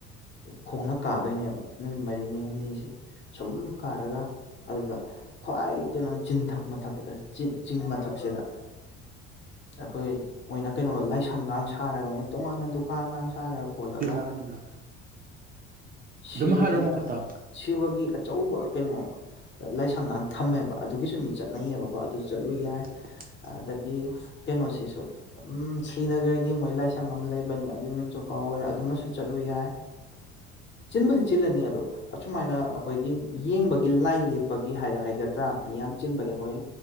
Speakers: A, on the left (about 35°); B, on the right (about 30°).
A: ꯈꯣꯡꯅ ꯀꯥꯗꯣꯏꯅꯦꯕ ꯅꯨꯃꯤꯠ ꯃꯔꯤꯅꯤ ꯍꯨꯝꯅꯤꯁꯦ ꯁꯨꯝ ꯈꯥꯔꯒ ꯑꯗꯨꯗ ꯈ꯭ꯋꯥꯏ ꯀꯩꯅꯣ ꯆꯤꯡꯊꯛ ꯃꯊꯛ ꯆꯤꯡ ꯃꯊꯛꯁꯤꯗ ꯑꯩꯈꯣꯏ ꯃꯣꯏꯅ ꯀꯩꯅꯣ ꯂꯥꯏꯁꯪꯒ ꯁꯥꯔꯒ ꯃꯣꯏ ꯇꯣꯉꯥꯟꯅ ꯗꯨꯀꯥꯟꯒ ꯁꯥꯔꯒ ꯈꯣꯠꯂꯒ
B: ꯄꯤꯔꯛꯑꯅꯤ ꯉꯥꯛꯇꯅꯦ
A: ꯁꯤꯕꯒꯤ
B: ꯑꯗꯨꯝ ꯍꯥꯏꯔꯛꯑꯣ ꯃꯈꯥ ꯇꯥꯎ
A: ꯁꯤꯕꯒꯤ ꯑꯆꯧꯕ ꯀꯩꯅꯣ ꯂꯥꯏꯁꯪꯒꯥꯡ ꯊꯝꯃꯦꯕ ꯑꯗꯨꯒꯤꯁꯨ ꯃꯤ ꯆꯠꯅꯩꯌꯦꯕꯀꯣ ꯑꯗꯨ ꯆꯠꯂꯨ ꯌꯥꯏ
B: <inaudible>
A: ꯑꯗꯒꯤ ꯀꯩꯅꯣꯁꯤꯁꯨ ꯎꯝ ꯁ꯭ꯔꯤꯅꯒꯔꯒꯤ ꯃꯣꯏ ꯂꯥꯏꯁꯪ ꯑꯃ ꯂꯩꯕꯅꯤ ꯑꯗꯨꯏ ꯃꯤꯡꯁꯨ ꯀꯣ ꯍꯧꯒꯦꯔꯥ ꯑꯗꯨꯃꯁꯨ ꯆꯠꯂꯨ ꯌꯥꯏ
B: <inaudible>
A: ꯆꯤꯟꯕꯨꯗꯤ ꯆꯤꯜꯂꯅꯤ ꯑꯗꯣ ꯑꯁꯨꯃꯥꯏꯅ ꯑꯩꯈꯣꯏꯒꯤ ꯌꯦꯡꯕꯒꯤ ꯂꯥꯏꯟ ꯄꯒꯤ ꯍꯥꯏꯒꯗ꯭ꯔꯥ ꯃꯤ ꯌꯥꯝ ꯆꯤꯟꯕꯒꯤ ꯑꯩꯈꯣꯏ